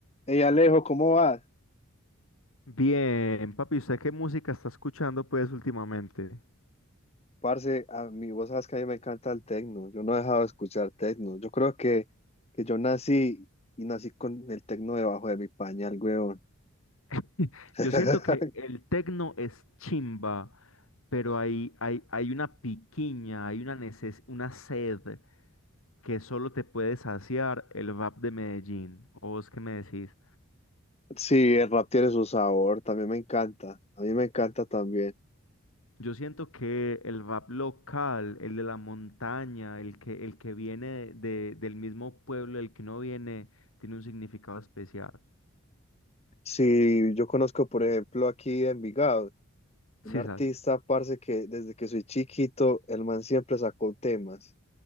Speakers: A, on the left; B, on the left.
A: Hey Alejo, ¿cómo vas?
B: Bien, papi, ¿usted qué música está escuchando pues últimamente?
A: Parce, a mí, vos sabes que a mí me encanta el tecno. Yo no he dejado de escuchar tecno. Yo creo que, que yo nací y nací con el tecno debajo de mi pañal, weón.
B: <laughs>
A: <laughs>
B: Yo siento que el tecno es chimba, pero hay, hay, hay una piquiña, hay una neces- una sed que solo te puede saciar el rap de Medellín. ¿O vos qué me decís?
A: Sí, el rap tiene su sabor, también me encanta. A mí me encanta también.
B: Yo siento que el rap local, el de la montaña, el que, el que viene de, del mismo pueblo, el que no viene, tiene un significado especial.
A: Sí, yo conozco, por ejemplo, aquí en Envigado,
B: ¿Sí
A: un artista,
B: sabes
A: parce, que desde que soy chiquito, el man siempre sacó temas.